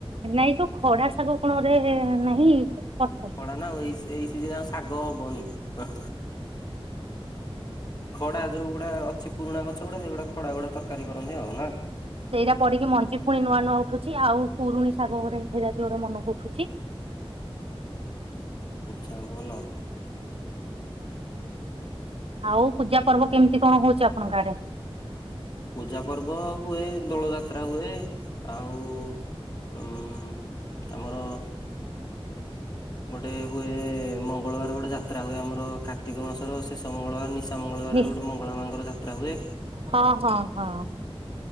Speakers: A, on the right; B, on the left.
A: ନାଇଁ ଯଉ ଖଡା ଶାଗ କଣ ଗୁରେ ନାହିଁ ପତ୍
B: ନାଉ ଆଉ ଏଇ- ଏଇ ସିଜିନ୍ ରେ ଆଉ ଶାଗ ହବନି। ହଁ- ଖଡା ଯଉ ଗୁଡା ଅଛି ପୁରୁଣା ଗଛ ଗୁଡା ସେଗୁଡା ଖଡା ଗୁଡା ତରକାରୀ କରନ୍ତି ଆଉ ନା?
A: ସେଇରା ପଡିକି ମଞ୍ଜି ପୁଣି ନୂଆ ନୂଆ ଉଠୁଚି ଆଉ ପୁରୁଣି ଶାଗ ଗୁରେ ହେଇରା ବି ଗୁରେ ମନକୁ ଉଠୁଚି।
B: ଆଚ୍ଛା ଭଲ।
A: ଆଉ ପୂଜା ପର୍ବ କେମିତି କଣ ହଉଚି ଆପଣଙ୍କ ଆଡେ?
B: ପୂଜା ପର୍ବ ହୁଏ ଦୋଳ ଯାତ୍ରା ହୁଏ ଆଉ ଉଁ- ଆମର ଗୋଟେ ହୁଏ ମଙ୍ଗଳବାର ଗୋଟେ ଯାତ୍ରା ହୁଏ ଆମର କାର୍ତ୍ତିକ ମାସର ଶେଷ ମଙ୍ଗଳବାର ନିଶ୍ ନିଶା ମଙ୍ଗଳବାର
A: ନିଶ୍
B: ରେ ଗୋଟେ ମଙ୍ଗଳା ମାଙ୍କର ଯାତ୍ରା ହୁଏ
A: ହଁ- ହଁ- ହଁ।